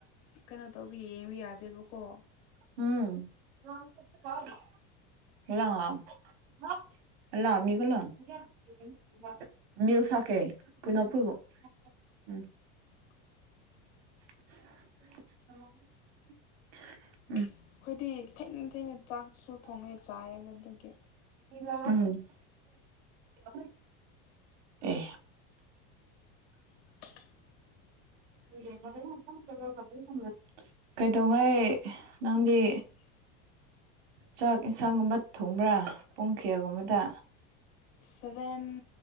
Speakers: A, on the left; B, on the right.
A: ꯀꯩꯅꯣ ꯇꯧꯕꯤ ꯌꯦꯡꯕ ꯌꯥꯗꯦꯕꯀꯣ꯫
B: ꯎꯝ꯫ <unintelligible> ꯃꯤꯜ ꯁꯀꯦ ꯀꯣꯏꯅꯣ ꯄꯩꯒꯣ ꯎꯝ
A: <inaudible>
B: <unintelligible>
A: ꯑꯩꯈꯣꯏꯗꯤ ꯊꯦꯡ - ꯊꯦꯡꯅ ꯆꯥꯛꯁꯨ ꯊꯣꯡꯉ ꯆꯥꯏ ꯑꯕ ꯑꯗꯨꯒꯤ
B: ꯎꯝ <unintelligible> ꯑꯦ
A: <unintelligible>
B: <unintelligible> ꯀꯩꯗꯧꯉꯩ ꯅꯪꯗꯤ
A: <inaudible>
B: ꯆꯥꯛ ꯌꯦꯟꯁꯥꯡꯒꯨꯝꯕ ꯊꯣꯡꯕ꯭ꯔꯥ ꯄꯨꯡ ꯀꯌꯥꯒꯨꯝꯕꯗ?
A: ꯁꯚꯦꯟ